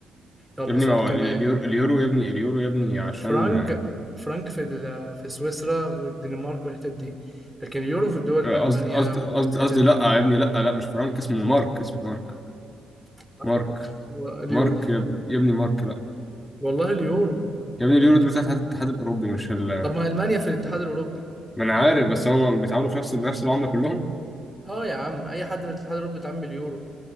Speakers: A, in the centre; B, on the left.
A: يلا
B: يا ابني
A: سؤال
B: ما هو
A: كمان
B: اليورو اليورو يا ابني اليورو يا ابني عشان
A: فرانك
B: آه،
A: الفرنك في ال- في سويسرا والدنمارك والحتت دي لكن اليورو في الدول
B: قصدي
A: المانيا
B: قصدي
A: والحتت
B: قصدي قصدي
A: دي
B: لا يا ابني لا لا مش فرانك اسمه مارك اسمه مارك
A: لا
B: مارك
A: برضه اليورو
B: مارك يا ب- يا ابني مارك لا
A: والله اليورو
B: يا ابني اليورو دول بتاعت الاتحاد الاتحاد الاوروبي مش ال
A: طب ما المانيا في الاتحاد الاوروبي
B: ما انا عارف بس هم بيتعاملوا في نفس بنفس العمله كلهم
A: اه يا عم اي حد في الاتحاد الاوروبي بيتعامل باليورو